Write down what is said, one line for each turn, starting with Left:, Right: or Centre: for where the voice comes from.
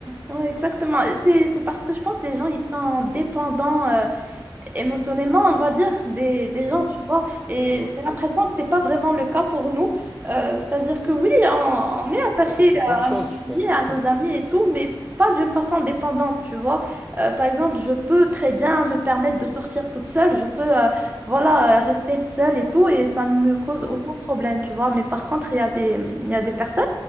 Right: Ouais, exactement. C'est, c'est parce que je pense que les gens, ils sont dépendants euh, émotionnellement, on va dire, des, des
Centre: ouais,
Right: gens, tu vois. Et
Centre: des autres.
Right: j'ai l'impression
Centre: Ouais,
Right: que c'est pas vraiment le cas pour nous. Euh, c'est-à-dire
Centre: ouais.
Right: que oui, on, on est attaché
Centre: Bah, c'est une bonne
Right: à,
Centre: chose,
Right: à nos
Centre: je pense,
Right: amis, à nos
Centre: <laughs>
Right: amis et tout, mais pas d'une façon dépendante, tu vois. Euh, par exemple, je peux très bien me permettre de sortir toute seule, je peux, euh, voilà, euh, rester seule et tout, et ça ne me cause
Centre: ouais.
Right: aucun problème, tu vois. Mais par contre, il y a des, il y a des personnes,